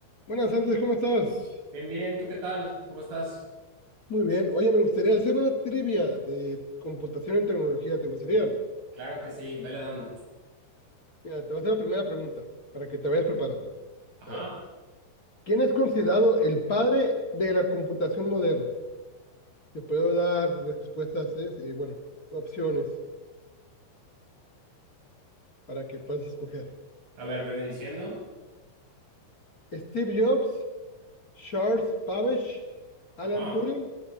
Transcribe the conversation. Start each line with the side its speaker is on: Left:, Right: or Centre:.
Left: Buenas, Andrés, ¿cómo estás?
Right: Bien, bien, ¿tú qué tal? ¿Cómo estás?
Left: Muy bien. Oye, me gustaría hacer una trivia de computación en tecnología. ¿Te gustaría?
Right: Claro que sí, vele dando.
Left: Mira, te voy a hacer la primera pregunta para que te vayas preparando.
Right: Ajá.
Left: A ver, ¿quién es considerado el padre de la computación moderna? Te puedo dar respuestas, es, eh, bueno, opciones para que puedas escoger.
Right: A ver, veme diciendo.
Left: Steve Jobs, Charles Babbage, Alan
Right: Ajá.
Left: Turing